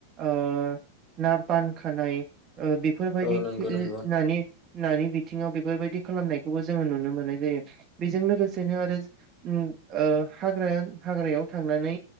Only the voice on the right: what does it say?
ओ ना बानखानाय। ओ बेफोरबायदि
ओ
नानि। नानि बिथिङाव बेफोरबायदि खालामनायखौबो जोङो नुनो मोननाय जायो बेजों लोगोसेनो आरो उम ओ हाग्रा हाग्रायाव थांनानै